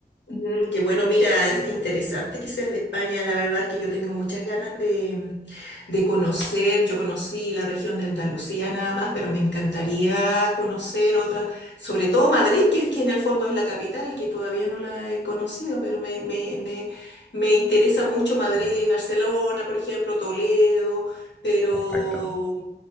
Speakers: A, on the left (about 80°); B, in the centre.
A: Mm, Qué bueno, mira, es interesante que seas de España. La verdad es que yo tengo muchas ganas de, de conocer. Yo conocí la región de Andalucía nada más, pero me encantaría conocer otras, sobre todo Madrid, que, que en el fondo es la capital, que todavía no la he conocido, pero me, me, me, me interesa mucho Madrid,
B: Muy bien.
A: Barcelona, por ejemplo, Toledo, pero,
B: Perfecto.